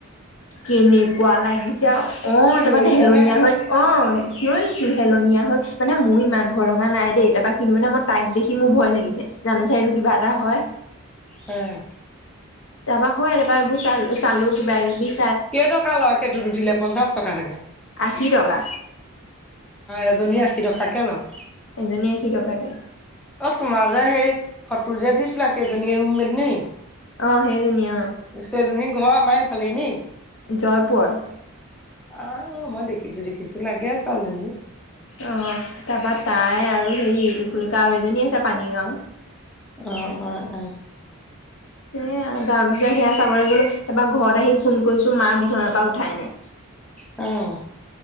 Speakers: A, on the left (about 60°); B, in the centre.
A: কেনেকুৱা লাগিছে আৰু অ'
B: চিঞৰিছা
A: তাৰপৰা হেলনীয়া
B: নে?
A: হৈ অ' চিঞৰিছো হেলনীয়া হৈ মানে মোৰ ইমান ভয় লগা নাই দেই, তাৰ পৰা কিনো মানে মই তাইক দেখি মোৰ ভয় লাগিছে, জানো চাই এইটো কিবা এটা হয়।
B: উম।
A: তাৰপৰা হয়, তাৰপৰা এইবোৰ চা-চালো কিবা-কিবি
B: কেই টকা লয়, সেইটোত উঠিলে পঞ্চাশ টকা চাগে? অ'
A: আশী টকা
B: এজনীৰ আশী টকাকে লয়।
A: এজনী আশী টকাকে।
B: অ' তোমাৰ যে সেই ফটো যে দিছিলা, সেইজনীয়ে ৰুমমেট নে?
A: অ' সেইজনীয়ে অ'।
B: সেইজনীৰ ঘৰ আমাৰ এইফালেই নি?
A: জয়পুৰত।
B: অ' মই দেখিছো দেখিছো লাগে, ছোৱালীজনীক।
A: অ', তাপা তাই আৰু হেৰি, এইটো কি বুলি কয়, আৰু এজনী আছে পানীগাঁওত।
B: অ', অ', অ'।
A: এ তাৰপিছত সেয়া চাবলৈ গ'লো, তাৰপৰা ঘৰত আহি ফোন কৰিছো, মা বিছনাৰ পৰা উঠাই নাই।
B: অ'।